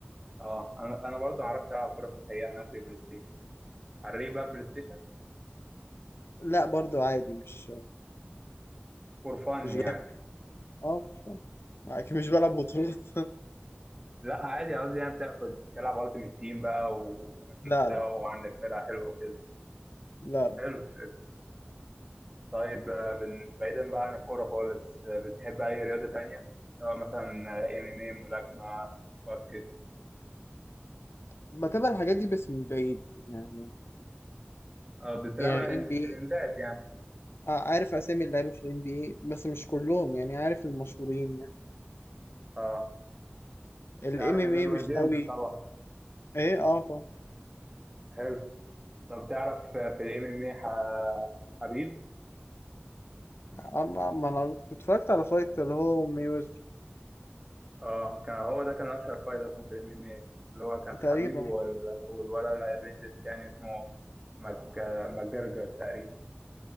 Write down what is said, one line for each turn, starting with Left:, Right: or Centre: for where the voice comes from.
Right: اه انا انا برضه ما اعرفش العب كوره في الحقيقه انا اخري بلاي ستيشن على ليه بقى بلاي ستيشن
Left: لا برضو عادي مش
Right: فور فن
Left: مش
Right: يعني
Left: جامد اه في الفن اكيد مش بلعب بطولات
Right: لا عادي عاوز يعني بتاكل تلعب التيمت تيم بقى ومستوى
Left: <laughs> لا لا
Right: وعندك فرقه حلوه وكده
Left: لا لا
Right: حلو حلو طيب آه، بن- بعيدا بقى عن الكوره خالص آه، بتحب اي رياضه تانية سواء مثلا ام ام اي ملاكمه باسكت
Left: بتابع الحاجات دي بس من بعيد يعني
Right: اه بتتابع
Left: يعني
Right: الترندات
Left: NBA
Right: يعني
Left: آه، عارف اسامي اللعيبه في الام بي اي بس مش كلهم يعني عارف المشهورين يعني
Right: اه
Left: الام
Right: تعرف
Left: ام
Right: ليبرون
Left: اي مش
Right: جيمس
Left: قوي
Right: طبعا
Left: ايه اه طبعا
Right: حلو طب تعرف آه، في الام ام اي حبيب
Left: آه، ما ما انا كنت اتفرجت على فايت اللي هو ميوزر
Right: اه كان هو ده كان اشهر فايت اصلا في الام ام اي اللي هو كان
Left: تقريبا
Right: حبيب وال...
Left: يعني.
Right: والولد الايرلندي التاني اسمه مك... ماجرجر تقريبا